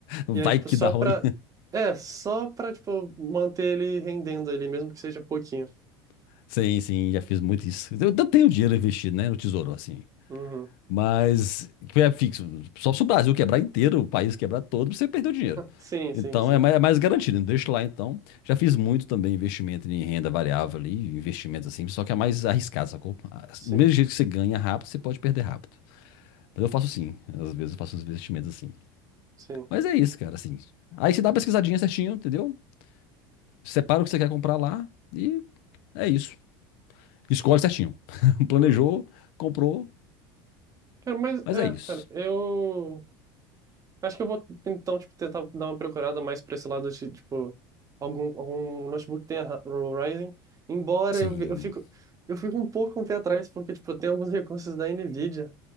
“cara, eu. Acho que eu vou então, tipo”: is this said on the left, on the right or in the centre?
Right